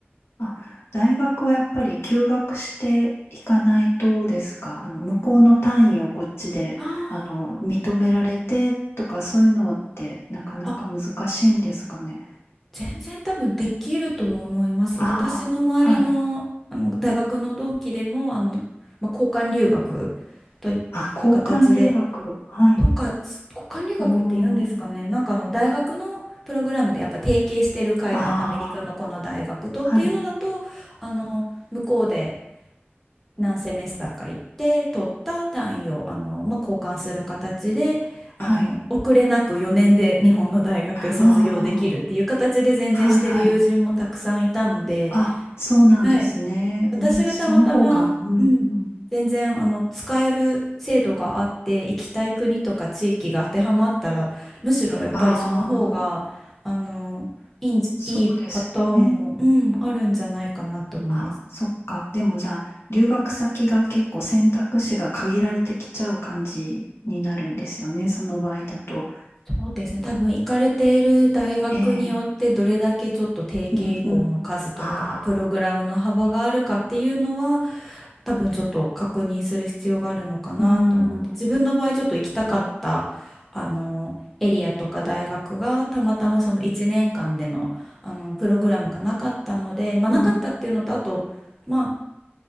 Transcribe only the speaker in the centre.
あー
あ全然多分できると思います。
私の周りの、
あの大学の同期でもあの、まあ、交換留学といった形で
とかす交換留学って言うんですかねなんかあの大学のプログラムでやっぱ提携してる海外アメリカのこの大学とっていうのだとあの向こうで
何セメスターか行って取った単位をあの、まあ、交換する形であの遅れなく4年で日本の大学卒業できるっていう形で全然してる友人もたくさんいたので、
はい、私がたまたま、
うん、全然あの使える制度があって行きたい国とか地域が当てはまったらむしろやっぱりその方があのいいんじ、
いいパターンも、うん、あるんじゃないかなと思います。
そうですね。多分行かれている大学によってどれだけちょっと提携校の数とかプログラムの幅があるかっていうのは
多分ちょっと確認する必要があるのかなと思って自分の場合ちょっと行きたかったあのエリアとか大学がたまたまその1年間での、
あのプログラムがなかったのでまあなかったっていうのとあとま